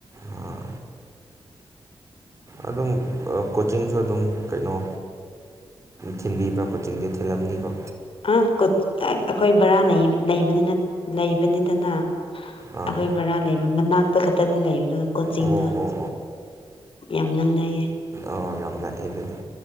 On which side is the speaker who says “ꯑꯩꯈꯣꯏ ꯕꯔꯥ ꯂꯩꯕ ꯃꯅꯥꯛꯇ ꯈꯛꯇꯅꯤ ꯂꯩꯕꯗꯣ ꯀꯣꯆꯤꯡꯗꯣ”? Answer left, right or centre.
Left